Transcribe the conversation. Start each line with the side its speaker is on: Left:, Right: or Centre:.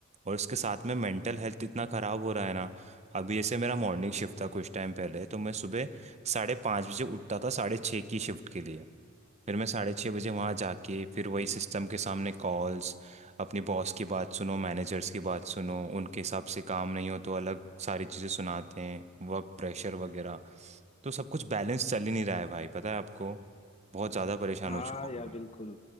Right: और इसके साथ में मेंटल हेल्थ इतना खराब हो रहा है ना अभी जैसे मेरा मॉर्निंग शिफ्ट था कुछ टाइम पहले तो मैं सुबह साढ़े पाँच बजे उठता था साढ़े छः की शिफ्ट के लिए फिर मैं साढ़े छः बजे वहाँ जाके फिर वही
Left: से
Right: सिस्टम के सामने कॉल्स अपनी बॉस की बात सुनो मैनेजर्स की बात सुनो उनके हिसाब से काम नहीं हो तो अलग सारी चीज़ें सुनाते हैं वर्क प्रेशर वगैरह तो सब कुछ बैलेंस चल ही नहीं रहा है भाई पता है आपको बहुत ज़्यादा परेशान
Left: हाँ
Right: हो चुका हूँ
Left: यार
Right: मैं
Left: बिल्कुल